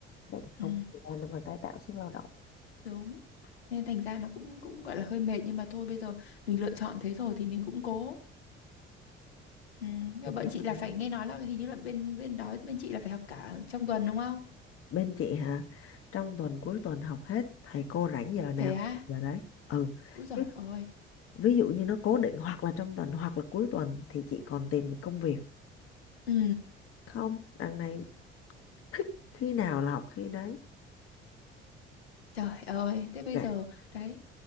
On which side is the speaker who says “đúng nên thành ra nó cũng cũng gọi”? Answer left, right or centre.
Left